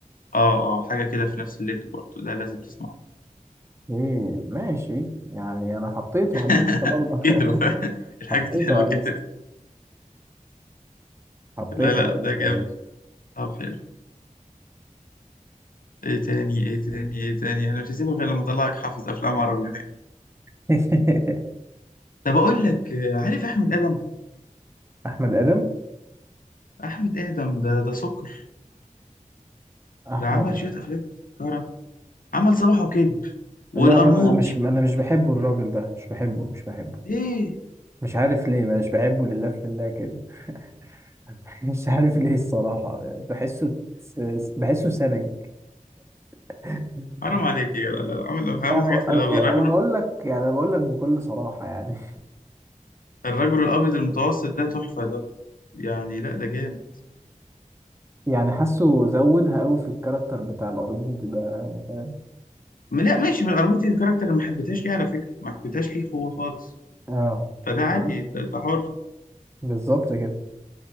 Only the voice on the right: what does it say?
ايه ماشي يعني انا حطيته
على الليسته برضه <laughs>
حطيته
على
الليسته حطيته
على الليسته
يا باشا.
<laughs>
احمد ادم
احمد
لا ده انا مش انا
مش بحبه
الراجل
ده مش بحبه مش بحبه
مش عارف ليه مش بحبه لله في لله كده <laughs> مش عارف ليه الصراحه بحسه بحسه سمج <laughs>
انا ب...
انا
ب...
انا بقول لك يعني انا بقول لك بكل صراحه يعني
<laughs> يعني حاسه زودها قوي في الكاركتر بتاع الارجوبي ده فاهم
اه
بالظبط
بالظبط كده